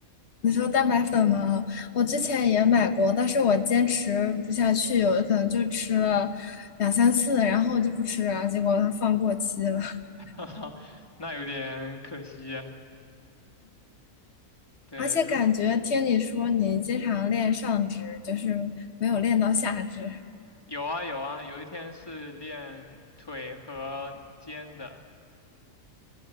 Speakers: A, on the left; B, on the left.
A: 你说蛋白粉吗？我之前也买过，但是我坚持不下去，有可能就吃了两三次，然后就不吃了，结果它放过期了。<laughs>
B: <laughs> 哈哈，那有点可惜呀。对，
A: 而且感觉听你说你经常练上肢，
B: 如
A: 就是没有练到下肢。
B: 有啊有啊，有一天是练腿和肩的，